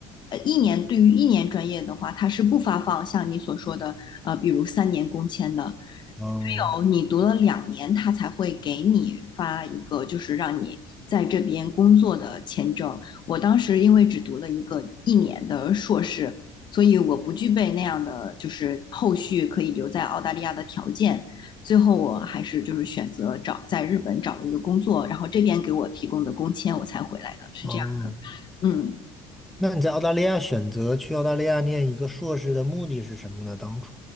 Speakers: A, on the left; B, in the centre.
A: 呃一年对于一年专业的话，它是不发放像你所说的呃比如三年工签的，
B: 哦
A: 只有你读了两年，他才会给你发一个，就是让你在这边工作的签证。我当时因为只读了一个一年的硕士，所以我不具备那样的就是后续可以留在澳大利亚的条件。最后我还是就是选择找在日本找了一个工作，然后这边给我提供的工签我才回来的，是这样的。
B: 哦，
A: 嗯，
B: 那你在澳大利亚选择去澳大利亚念一个硕士的目的是什么呢？当初，